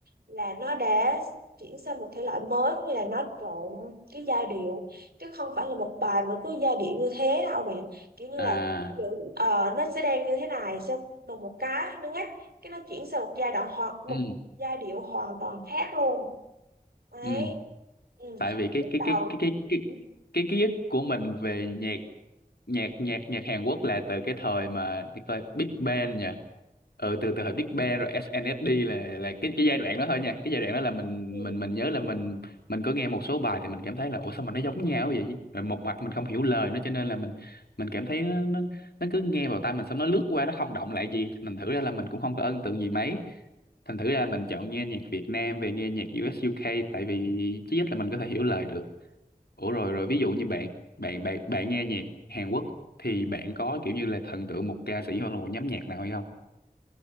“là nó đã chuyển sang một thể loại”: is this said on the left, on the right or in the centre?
Right